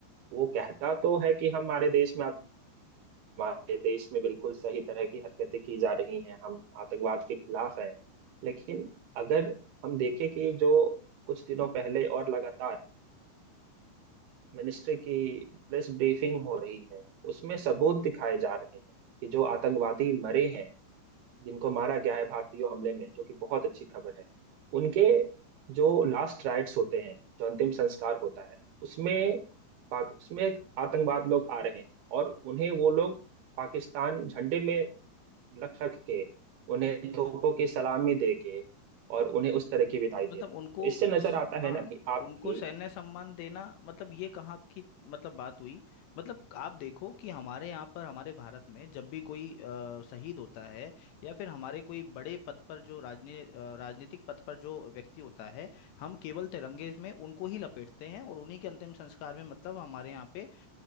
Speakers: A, on the right; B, on the left.
A: वो कहता तो है कि हमारे देश में हमारे देश में बिल्कुल सही तरह की हरकतें की जा रही हैं हम आतंकवाद के खिलाफ हैं लेकिन अगर हम देखें कि जो कुछ दिनों पहले और लगातार मिनिस्ट्री की प्रेस ब्रीफिंग हो रही है उसमें सबूत दिखाए जा रहे हैं कि जो आतंकवादी मरे हैं जिनको मारा गया है भारतीय हमले में जो कि बहुत अच्छी खबर है उनके जो लास्ट राइट्स होते हैं जो अंतिम संस्कार होता है उसमें पाक उसमें एक आतंकवाद लोग आ रहे हैं और उन्हें वो लोग पाकिस्तान झंडे में लख रख के उन्हें तोपों की सलामी दे के और उन्हें उस तरह की विदाई दे
B: मतलब
A: रहे हैं
B: उनको
A: तो इससे
B: स-
A: नजर आता
B: हाँ
A: है ना कि आपकी
B: उनको सैन्य सम्मान देना मतलब ये कहाँ की मतलब बात हुई मतलब आप देखो कि हमारे यहाँ पर हमारे भारत में जब भी कोई अ, शहीद होता है या फिर हमारे कोई बड़े पद पर जो राजने अ, राजनीतिक पद पर जो व्यक्ति होता है हम केवल तिरंगे में उनको ही लपेटते हैं और उन्हीं के अंतिम संस्कार में मतलब हमारे यहाँ पे अ,